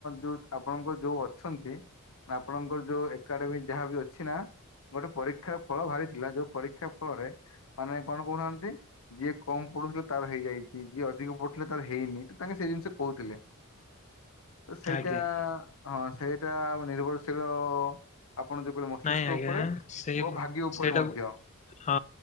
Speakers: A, on the left (about 70°); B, on the left (about 30°).
A: ଯୋଉ ଆପଣଙ୍କ ଯୋଉ ଅଛନ୍ତି ଆପଣଙ୍କର ଯୋଉ ଏକାଡେମି ଯାହା ବି ଅଛି ନା ଗୋଟେ ପରୀକ୍ଷାର ଫଳ ବାହାରିଥିଲା ଯୋଉ ପରୀକ୍ଷା ଫଳରେ ମାନେ କଣ କହୁନାହାନ୍ତି ଯିଏ କମ୍ ପଡୁଥିଲେ ତାର ହେଇଯାଇଚି ଯିଏ ଅଧିକ ପଡୁଥିଲେ ତାର ହେଇନି। ତାଙ୍କେ ସେଇ ଜିନିଷ କହୁଥିଲେ ତ ସେଇଟା
B: ଆଜ୍ଞା
A: ହଁ ସେଇଟା ଆମ ନିର୍ଭରଶୀଳ ଆପଣ ଦେଖିବେ ମସ୍ତିଷ୍କ
B: ନାଇଁ ଆଜ୍ଞା
A: ଉପରେ
B: ସେଇ
A: ଓ ଭାଗ୍ୟ ଉପରେ
B: ସେଇଟାକୁ
A: ମଧ୍ୟ।
B: ହଁ।